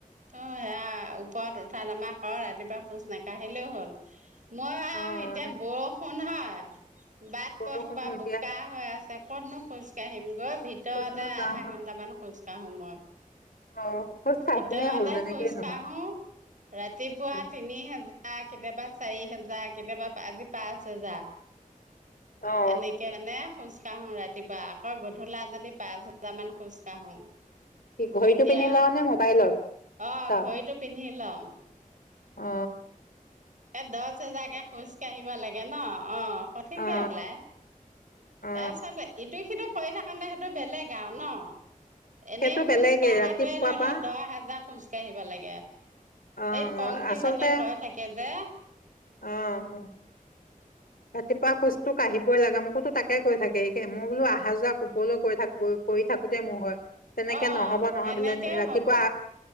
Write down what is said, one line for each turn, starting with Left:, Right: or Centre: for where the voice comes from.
Right: অ' সেয়া ওপৰত উঠা নমা অ' ৰাতিপুৱা খোজ নাকাঢ়িলেও হ'ল। মই
Left: অ
Right: আৰু এতিয়া
Left: ন
Right: বৰষুণ হয়। <unintelligible> বাট
Left: বৰষুণো
Right: পথ সোপা
Left: এতিয়া
Right: বোকা হৈ আছে। ক'ত নু খোজ কাঢ়িম গৈ ভিতৰতে
Left: ক'তনো যাম
Right: আধা ঘণ্টামান খোজ এটা সময়ত।
Left: আৰু অ খোজ কাঢ়িলেই
Right: ভিতৰতে
Left: হ'ল যেনেকেই
Right: খোজ
Left: নহওক
Right: কাঢ়ো। ৰাতিপুৱা
Left: উম
Right: তিনি হাজাৰ জাৰ, কেতিয়াবা চাৰি হেজাৰ, কেতিয়াবা পা - আজি পাঁচ হেজাৰ।
Left: অ
Right: এনেকে মানে খোজ কাঢ়ো ৰাতিপুৱা, আকৌ গধূলা যদি পাঁচ হাজাৰ মান খোজ কাঢ়ো।
Left: কি ঘড়ীটো
Right: তেতিয়া
Left: পিন্ধি লও নে মোবাইলত
Right: অ
Left: চাও?
Right: ঘড়ীটো <unintelligible>
Left: অ।
Right: এ দছ হেজাৰ কে খোজ কাঢ়িব লা- গে ন। অ সঠিকে
Left: অ
Right: ওলাই।
Left: অ অ
Right: তাৰপিছত ইটো সিটো কৰি থাকোনতে সেইটো বেলেগ আও ন। এনে
Left: সেইটো
Right: খোজ
Left: বেলেগে
Right: কাঢ়াটোৱে
Left: ৰাতিপুৱা
Right: ধৰি
Left: পৰা
Right: ল দহ হাজাৰ। কাঢ়িব লাগে।
Left: অ
Right: এই পংখী
Left: অ আচলতে
Right: জনিয়ে কয় থাকে। বে
Left: অ অ, ৰাতিপুৱা খুজটো কাঢ়িব কই লেগে, মোকো তো তাকে কৈ থাকেে, মই বোলো আহা যোৱা কবলৈ কৈ থাক, গৈ কৰি থাকোতেই মোৰ হয়। তেনেকে
Right: অ।
Left: নহব নহয়
Right: সেনেকে
Left: বোলে ৰাতিপুৱা
Right: হব,